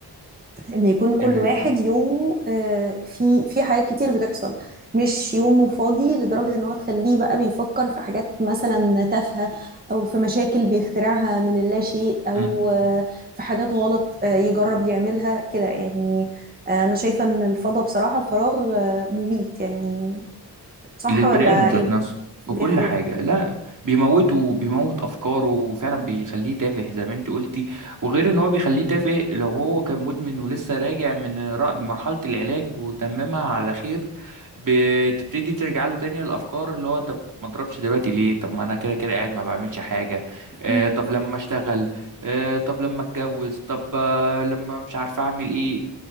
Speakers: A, on the right; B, on the right.
A: ان يكون كل
B: ال...
A: واحد يومه آه، في في حاجات كتير بتحصل مش يومه فاضي لدرجة ان هو تخليه بقى بيفكر في حاجات مثلا تافهة او في مشاكل بيخترعها من اللا شيء او
B: م-
A: آه، في حاجات غلط آه، يجرب يعملها كده يعني آه، انا شايفة ان الفضا بصراحة الفراغ آه، مميت يعني صح
B: للبني
A: ولا
B: ادم ذات
A: ايه
B: نفسه في
A: دي
B: كل
A: حقيقة
B: حاجه لا بيموته وبيموت افكاره وفعلا بيخليه تافه زي ما انت قلتي وغير ان هو بيخليه تافه لو هو كان مدمن ولسه راجع من را- مرحله العلاج وتممها على خير بتبتدي ترجع له تاني الافكار اللي هو طب ما اضربش دلوقتي ليه طب ما انا كده كده قاعد ما بعملش حاجه آه
A: مم،
B: طب لما اشتغل آه طب لما اتجوز طب آه لما مش عارف اعمل ايه